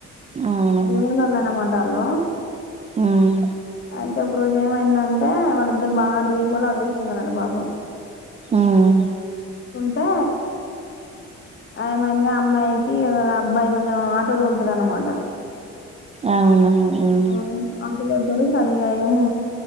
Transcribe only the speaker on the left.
జూన్లెళ్ళనమంటార్రు
అయితే ఒక్ రోజు ఏమైందంటే వాళ్ళిద్దరు బాగా డీప్ గా లవ్ చేసుకున్నారట పాపం
టే ఏమైంది అ అమ్మాయికి విల అబ్బాయి కొంచం ఆటో తోలుతడు అన్నమాట
అవును ఆటోతొల్తాడు సరియంము